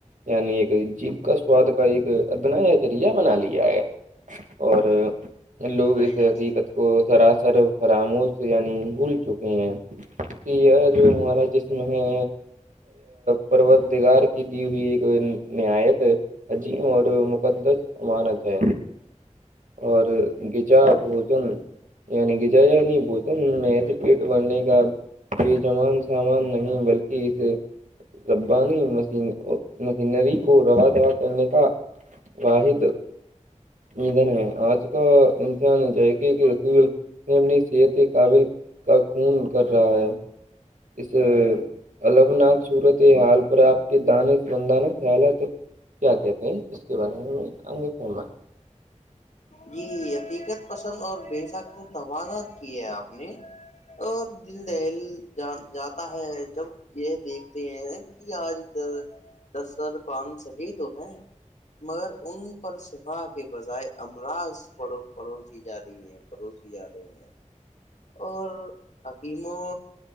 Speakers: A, on the right (about 80°); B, on the left (about 65°).
A: یعنی ایک جیب کا سواد کا ایک ادنا یا چریا بنا لیا ہے اور لوگ
B: جی بھائی
A: اس سے
B: جان
A: حقیقت کو سراسر فراموش یعنی بھول چکے ہیں کہ ار جو ہمارا جسم ہے پرت دیگار کی دی ہوئی ایک نایت عجیم اور مقدس امانت ہے اور گغجا بوجن یعنی ج یعنی بوجن م پیٹ بھرنے کا بےچمان سامان نہیں بلکہ سے ربا نہیں مشین م سینری کو رو دا کرنے کا واحد نہیںان آج کا انسان ج ہے کہ کہ س میں اپنی صحت کے قابل کا خون کر رہا ہے اس الگناک صورت یہ حال پر آپ کے دان مندانا خیال ہے تو کیا کہتے ہیں اس کے بارے میں آگے فرما
B: جی حقیقت پسند اور بے سکت توضات کی ہے آپ نے اور دل دہل ج جاتا ہے جب یہ دیکھتے ہیں کہ آج د در کان سجی تو ہے مگر ان پر شفا کے بجائے امراض پڑو پڑوس جا رہی ہے پڑوسی جا رہی ہیں اور تکیموں